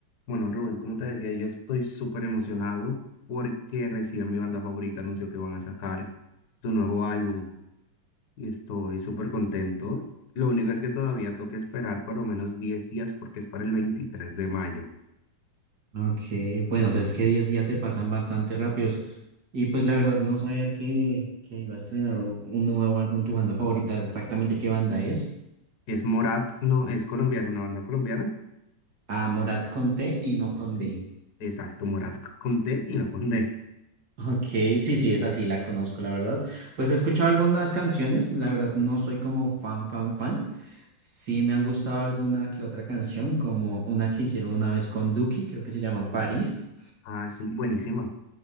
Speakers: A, on the left; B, on the right.
A: Bueno, Rubén, como te decía, yo estoy súper emocionado porque recién mi banda favorita anunció que van a sacar su nuevo álbum y estoy súper contento. Lo único es que todavía toca esperar por lo menos 10 días porque es para el 23 de mayo.
B: Ok, bueno, pues es que 10 días se pasan bastante rápidos. Y pues la verdad no sabía que, que iba a estrenar un un nuevo álbum, tu banda favorita, exactamente qué banda es.
A: Es Morat, no, es colombiano, una banda colombiana.
B: Ah, Morat con T y no con D.
A: Sí, exacto, Morat c- con T y no con D.
B: Ok, sí, sí, esa sí la conozco, la verdad. Pues he escuchado algunas canciones, la verdad no soy como fan, fan, fan. Sí me han gustado alguna que otra canción, como una que hicieron una vez con Duki, creo que se llama París.
A: Ah, sí, buenísima.